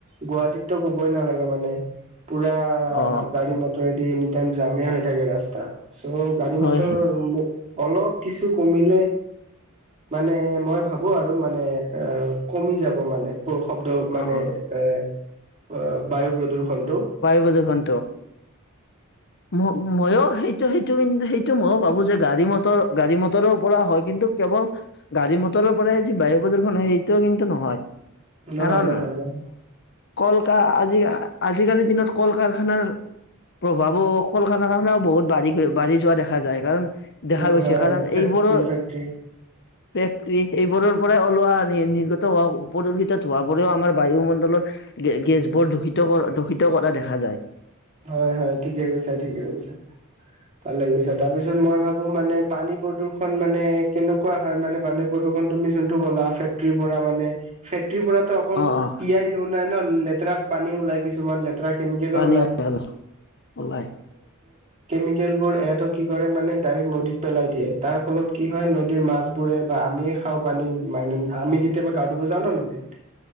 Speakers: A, on the right; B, on the left.
A: গুৱাহাটীতো কবই নালাগে। মানে পুৰা
B: অ
A: গাড়ী মটৰদি এনিটাইম জামে হৈ থাকে ৰাস্তা চ' গাড়ী
B: হয়
A: মটৰ অলপ কিছু কমিলে মানে মই ভাবো আৰু মানে অ' কমি যাব মানে প্ৰ শব্দ মানে
B: অ
A: এ অ বায়ু প্ৰদূষণটো
B: বজখন ম ম সেইটো সেইটো কিন্ত সেইটো মইো ভাবো যে গাড়ী মৰ গাড়ী মটৰৰ পৰা হয় কিন্তু কেৱল গাড়ী মটৰৰ পৰাই যি বায়ু প্ৰদূষণ হয়, সেইটোও কিন্তু নহয়
A: নহয়
B: কাৰণ
A: নহয় নহয়
B: ক' কল আজি আজিকালিৰ দিনত কল কাৰখানাৰ প্ৰভাৱো কলখানা-কাৰসানাও বহুত বাঢ়ি গৈ বাঢ়ি যোৱা দেখা যায় কাৰণ দেখা
A: উম
B: গৈছে
A: হয় হয়
B: কাৰণ
A: ফেক্টৰী
B: এইবোৰো
A: ফেক্টৰী
B: ফেক্টৰী এইবোৰৰ পৰাই ওলোৱা নিৰ্গত হোৱা প্ৰদূষিত হোৱা বোৰেও আমাৰ বায়ুমণ্ডলত গে, গেছবোৰ দূষিত কৰা দূষিত কৰা দেখা যায়।
A: হয় হয় ঠিকে কৈছা ঠিকে কৈছো ভালে গৈছে তাৰ পিছত মই ভাবো মানে পানী প্ৰদূৰ্ষণ মানে কেনেকুৱা হয়, মানে পানী প্ৰদূৰ্ষণ তুমি যোনটো ওলা ছেত্ৰীৰ পৰা মানে পিৰ পৰাতো অকল
B: অ
A: তিয়াই
B: অ
A: নু নাই ন লেতেৰা পানী ওলাই কিছুমান লেতেৰা কেমিকেলো
B: পানী
A: ওলায়
B: ওলাই
A: কেমিকেল বোৰ এ টো কি কৰে মানে ডাইৰেক্ট নদীত পেলাই দিয়ে তাৰ ফলত কি হয় নদীৰ মাছবোৰ ফুৰে বা আমিয়ে খাওঁ পানী মানে আমি কেতিয়াবা গাঁৱতব যাওঁ নদীত